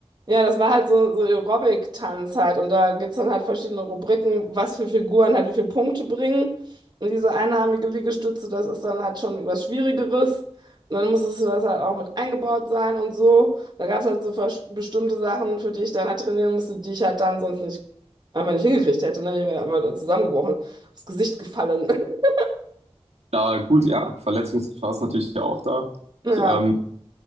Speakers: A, on the right; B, on the right.
A: Ja, das war halt so, so Aerobic-Tanz halt. Und da gibt es dann halt verschiedene Rubriken, was für Figuren halt wie viele Punkte bringen. Und diese einarmige Liegestütze, das ist dann halt schon was Schwierigeres. Und dann musstest du das halt auch mit eingebaut sein und so. Da gab es halt so vers- bestimmte Sachen, für die ich dann halt trainieren musste, die ich halt dann sonst nicht einfach nicht hingekriegt hätte. Ne? Ich wäre einfach zusammengebrochen, aufs Gesicht gefallen. <laughs>
B: Da, gut, ja, Verletzungsgefahr ist natürlich auch da.
A: Ja.
B: Ich, ähm,